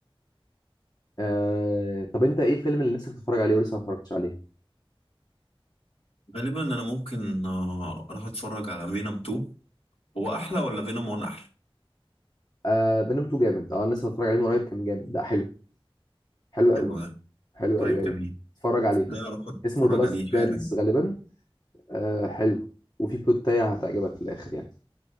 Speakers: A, on the left; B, on the left.
A: آه... طب انت ايه الفيلم اللي نفسك تتفرج عليه ولسه ما اتفرجتش عليه
B: غالبا انا ممكن آه، اروح اتفرج على فينوم 2 هو احلى ولا فينوم 1 احلى
A: آه... فينوم 2 جامد اه أنا لسه متفرج عليه من قريب كان جامد لا حلو حلو قوي
B: حلو ده
A: حلو
B: طيب
A: قوي قوي
B: جميل
A: اتفرج عليه
B: ده اروح اتفرج
A: اسمه ذا لاست
B: عليه
A: دانس
B: حالا
A: غالبا آه حلو وفي بلوتاية هتعجبك في الاخر يعني